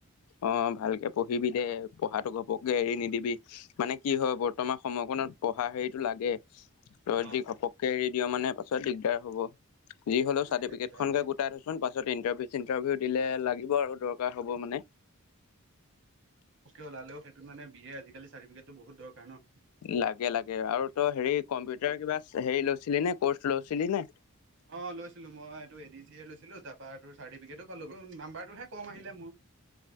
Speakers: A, on the left (about 75°); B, on the right (about 55°).
A: অ ভালকে পঢ়িবি দে পঢ়াটো ঘপকে এৰি নিদিবি মানে কি হয় বৰ্তমান সময়কণত পঢ়া হেৰিতটো লাগে। তই
B: অ',
A: যদি ঘপককে
B: অ'।
A: এৰি দিওঁ মানে পাছত দিগদাৰ হব যি
B: উম,
A: হলেও
B: মানে
A: চাৰ্টফিকটখন
B: এতিয়া কিবা এটা
A: কে গোটাই থছচ পাছত ইণ্টাৰউ চিন্টাৰভিউ। দিলে লাগিব আৰু দৰকাৰ
B: অ',
A: হ'ব মানে।
B: ওলালে সেই টো মানে আজি কালি চাৰ্টিফিকেট টো বহুত দৰকাৰ ন '
A: লাগে লাগে আৰু তই হেৰি কম্পিউটাৰ কিবা হেৰি লৈছিলি নে কৰ্চ লৈছিলি নে।
B: অ লৈছিলো মই এইটো এডি চি এ লৈছিলো তাৰ চাৰ্টিফিক পালো নাম্বাৰটোহে কম আহিলে মোৰ। <inaudible>